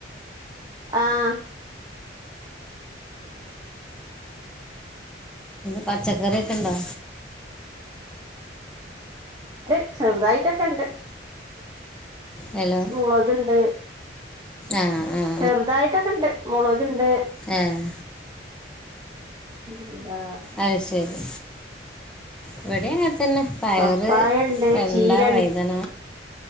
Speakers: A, on the right; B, in the centre.
A: ആഹ്
B: പച്ചക്കറിയൊക്കെ ഇണ്ടോ
A: ഇണ്ട്ചെറുതായിട്ടൊക്കെ ഇണ്ട്
B: ഹലോ
A: മുളകുണ്ട്
B: ആഹ് ആഹ്
A: ചെറുതായിട്ടൊക്കെ ഇണ്ട് മുളക് ഇണ്ട്
B: ഏഹ്
A: എന്താ
B: അത് ശരി ഇവടിംഅങ്ങൻ തന്നെ പയറ്
A: പപ്പായ ഉണ്ട്
B: വെണ്ട
A: ചീര
B: വഴ്തന